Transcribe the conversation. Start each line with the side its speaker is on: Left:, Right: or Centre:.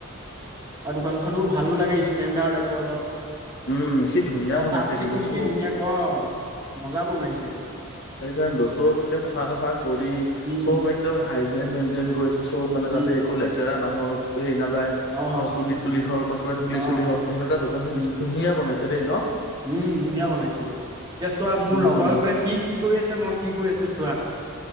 Right: আৰু দোকানখনো ভালো লাগে ষ্টেণ্ডাৰ্ড টাইপৰ অলপ।
Left: উম, সি ধুনীয়া
Right: এ
Left: বনাইছে
Right: চাফ চিকুণ
Left: কিন্তু চব।
Right: কি ধুনীয়াক অ', মজা বনাইছে।
Left: সেইকাৰণেটো চব একে চাফা-তাফা কৰি।
Right: উম
Left: চব একদম হাইজেন মেইনটেইন কৰিছে, চব মানে
Right: উম
Left: যাতে একো লেতেৰা মানুহৰ হেৰি নাযায়।
Right: অ
Left: বা চুলি তুলি হওক বা কিবা ধূলি
Right: অ
Left: চুলি হওক, সনেকুৱা দোকানি
Right: উম
Left: ধুনীয়া বনাইছে দেই ন'!
Right: উম, ধুনীয়া বনাইছে, এতিয়া চোৱা মোৰ
Left: উম
Right: লগৰ হৈ পেলাই সি কি কৰি আছে, মই কি কৰি আছো চোৱা।